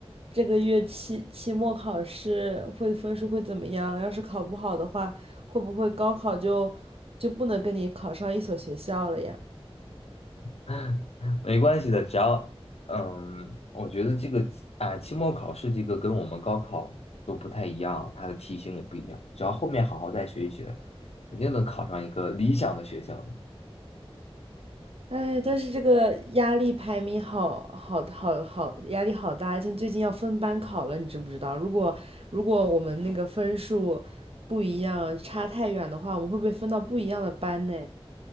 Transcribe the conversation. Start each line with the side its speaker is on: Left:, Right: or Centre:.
Right: 这个月期期末考试会分数会怎么样。要是考不好的话，会不会高考就就不能跟你考上一所学校了呀？
Left: <laughs> 没关系的，只要嗯，我觉得这个啊，哎期末考试这个跟我们高考都不太一样，它的题型也不一样。只要后面好好再学一学，肯定能考上一个理想的学校的。
Right: 哎，但是这个压力排名好好好好，压力好大，像最近要分班考了，你知不知道？如果如果我们那个分数不一样，差太远的话，我们会被分到不一样的班呢。